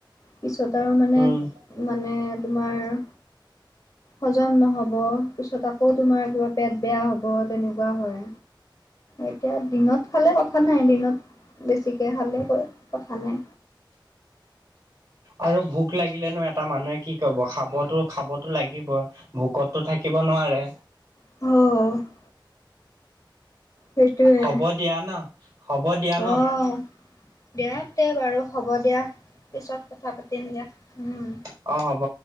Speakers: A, on the left; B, on the right.
A: পিছত আৰু মানে,
B: উম
A: মানে তোমাৰ - হজম নহ'ব, পিছত আকৌ তোমাৰ কিবা পেট বেয়া হ'ব, তেনেকুৱা হয়। এতিয়া দিনত খালে কথা নাই, দিনত বেছিকৈ খালে কথা নাই।
B: আৰু ভোক লাগিলেনো এটা মানুহে কি কব খাবতো খাবতো লাগিবই। ভোকততো থাকিব নোৱাৰে।
A: হৌ। সেইটোৱে,
B: হ'ব দিয়া ন হ'ব দিয়া ন
A: অ'। দিয়াত তে বাৰু হ'ব দিয়া, পিছত কথা পাতিম দিয়া। উম
B: অঁ', হ'ব।